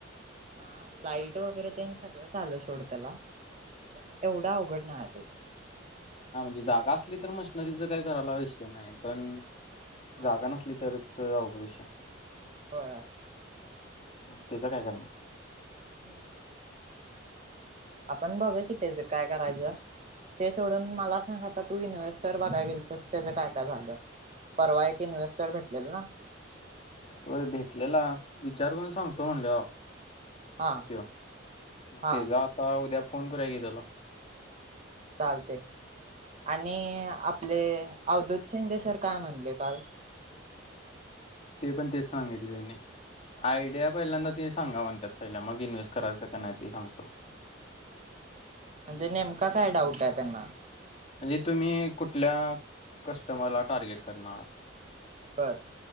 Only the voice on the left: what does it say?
हा म्हणजे जागा असली तर मशनरीचं काही करायला आवश्य नाही पण
जागा नसली तरच लय अवघड विषय
त्याचं काय करणार
होय भेटलेला विचार करून सांगतो म्हणल
ते मग
ते जा आता उद्या फोन कराय घे त्याला
ते पण तेच सांगितले त्यांने आयडिया पहिल्यांदा ते सांगा म्हणतत पहिल्या मग इन्व्हेस्ट करायचं का नाही ते सांगतो
म्हणजे तुम्ही कुठल्या कस्टमरला टार्गेट करणार